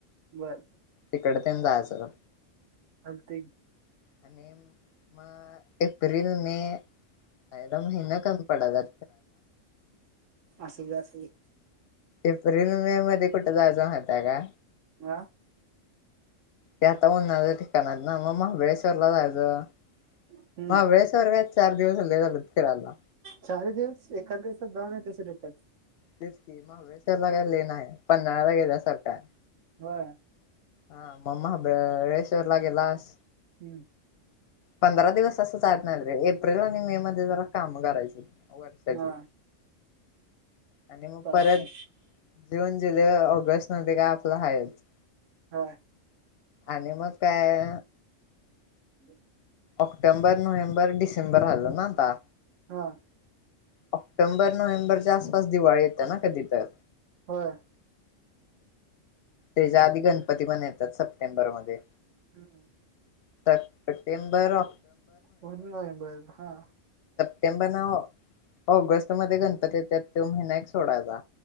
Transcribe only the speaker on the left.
तिकड तेन जायचं ग
आणि मग एप्रिल मे आईला महिना कमी पडालात
एप्रिल मे मध्ये कुठ कुठ जायचं माहित हाय काय?
ते आता उन्हाळाच ठिकाण आहेत ना म मग वेळेश्वरला जायचं
महाबळेश्वर काय चार दिवस लय झालेत फिरायला.
तेच की महाबळेश्वरला काय लय नाही. पन्हाळ्याला गेल्यासारख हाय
हा म महाबळेश्वरला गेलास
पंधरा दिवस असं जात नाही रे एप्रिल आणि मे मध्ये जरा काम करायच. <unintelligible> वर्षाची
आणि मग
परत लिहून. जुलै, ऑगस्टमध्ये काय आपलं हायच.
आणि मग काय.
ऑक्टोबर, नोव्हेंबर, डिसेंबर आलं ना? आता.
ऑक्टोबर, नोव्हेंबरच्या आसपास दिवाळी येत ना कधी तर.
त्याच्या आधी गणपती पण येतात, सप्टेंबरमध्ये.
सप्टेंबर, ऑ
September no. ऑगस्टमध्ये गणपती येतात तो महिना एक सोडायचा.